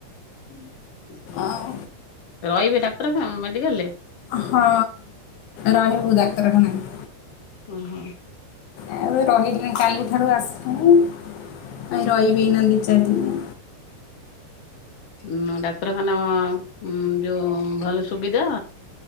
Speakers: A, on the left (about 45°); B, on the left (about 85°).
A: <inaudible>
B: ଆଉ
A: ରହିବେ ଡାକ୍ଟର <unintelligible> ମେଡିକାଲରେ?
B: ହଁ ରହିବୁ ଡାକ୍ତରଖାନାରେ
A: ଓ ହଁ।
B: ଆଉ ଏ ରହିିବୁନି କାଲିଠାରୁ ଆସିଲୁଣି ଆଉ ରଇବି ଏଇନା ଦି ଚାରି ଦିନି
A: ଉଁ ଡାକ୍ତରଖାନା ଉଁ ଯୋଉ ଭଲ ସୁବିଧା